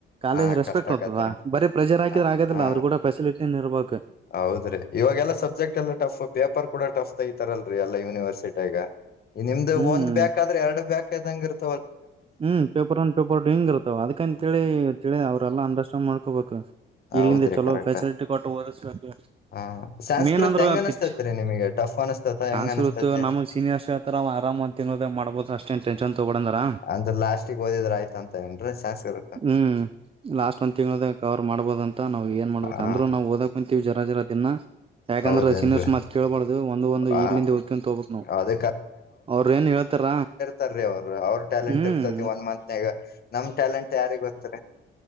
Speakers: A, on the right; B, on the left.
A: ಕಾಲೇಜ್
B: ಆ
A: ರೆಸ್ಪೆಕ್ಟ್
B: ಕಷ್ಟ ಆಕತ್ರಿ
A: ಅ್ತದ ಬರಿ ಪ್ರೆಜಾರ್ ಅಕಿದ್ರ
B: ಆ
A: ಆಗದಿಲ್ಲ
B: ಆ,
A: ಅವ್ರ್ ಕೂಡ ಫೆಸಿಲಿಟಿನ್ ಇರ್ಬೇಕು
B: ಹೌದ್ರಿ ಇವಾಗೆಲ್ಲಾ ಸಬ್ಜೆಕ್ಟ್ ಎಲ್ಲ ಟಫ್ ಪೇಪರ್ ಕೂಡ ಟಫ್ ತಐತಾರಲ್ರರಿ ಎಲ್ಲ ಯೂನಿವರ್ಸಿಟಿಗ ನಿಮ್ದು
A: ಹ್ಮ್
B: ಒಂದ್ ಬೇಕಾದ್ರೆ ಎರಡು ಬೇಕ ಇದ್ದಂಗಿರ್ತ್ತ
A: ಹ್ಮ್ ಪೇಪರ್ ಒಂದ ಪೇಪರ್ ಡು ಹಿಂಗ್ ಇರ್ತಾವ ಅದಕಂತೇಳಿ ತಿಳ ಅವ್ರೆಲ್ಲಾ ಅಂಡರ್ಸ್ಟಾಂಡ್ ಮಾಡ್ಕೋಬೇಕು ಇಗ್ಲಿಂದ
B: ಹೌದ್ರಿ
A: ಚಲೋ
B: ಕರೆಕ್ಟ್
A: ಫ್ಯಾಸಿಲಿಟಿ ಕೊಟ್ಟು ಒದ್ದ್ಸ್ಬೇಕು
B: ಹಾ ಸಂಸ್ಕೃತ್
A: ಮೇನ್ ಅಂದ್ರ
B: ಹೆಂಗ ಅನಸ್ತತ್ರಿ
A: ಪಿಕ್ಚ್
B: ನಿಮಗೆ ಟಫ್ ಅನಸ್ತತ
A: ಸಾಸ್ಕೃತ
B: ಹೆಂಗ ಅನಸ್ತತಿ
A: ನಮಗ್ ಸೀನಿಯರ್ಸ್ ತ್ರ ಆರಾಮ ಒಂದ ತಿಂಗಳದೇ ಮಾಡಬೋಬುಹುದ್ ಅಷ್ಟೊಂದು ಟೆಂಕ್ಷನ್ ತಗೋಡಂದ್ರ
B: ಅಂದ್ರ ಲಾಸ್ಟ ಓದಿದ್ರ ಆಯ್ತ ಅಂತ ಏನ್ರೀ ಚಾಸ್ರು
A: ಹ್ಮ್ ಲಾಸ್ಟ್ ಒಂದ್ ತಿಂಗಳ ಕವರ್ ಮಾಡಬೋಹುದು ಅ ನಾವು ಏನ್ ಮಾಡ್ಬೇಕ
B: ಹಾ
A: ಅಂದ್ರು ನಾವು ಓದಕ್ ಂತೀವಿ ಜರಾಜರ ಅದನ್ನ ಯಾಕಂದ್ರೆ
B: ಹೌದೇನ್ರಿ
A: ಸೀನಿಯರ್ಸ್ ಮತ್ ಕೇಳಬಾರ್ದ ಅದು ಒಂದು ಒಂದು
B: ಆ
A: ಈಗ್ಲಿಂದ ಹ್ಕಂತ ಹೋಗಬಕ್ ನಾವು
B: ಅದ
A: ಅವ್ರ ಏನ್ ಹೇಳ್ತಾರ
B: ತಾರೀ ಅವ್ರು ಅವ್ರ ಟ್ಯಾಲೆಂಟ್
A: ಹ್ಮ್
B: ಇರ್ತತಿ ಒನ್ ಮಂತ್ನ್ಗ ನಮ್ ಟ್ಯಾಲೆಂಟ್ ಯಾರಿಗ್ ಗೊತ್ದ್